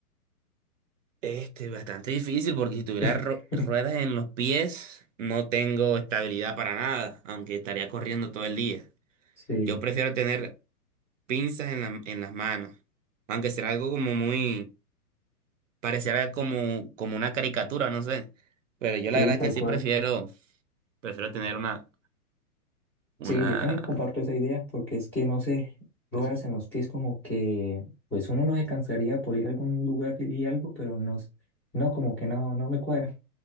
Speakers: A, on the right; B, in the centre.
A: Este, bastante difícil porque si tuviera
B: <laughs>
A: ru- ruedas en los pies, no tengo estabilidad para nada, aunque estaría corriendo todo el día.
B: Sí,
A: Yo prefiero tener pinzas en la- en las manos, aunque será algo como muy, pareciera como, como una caricatura, no sé. Pero yo la
B: sí,
A: verdad
B: tal
A: es que sí
B: cual.
A: prefiero Prefiero tener una, una,
B: Sí, yo también comparto esa idea porque es que no sé, ruedas
A: pues,
B: en los pies como que pues uno no se cansaría por ir a algún lugar y y algo, pero no, s- no como que no, no me cuadra.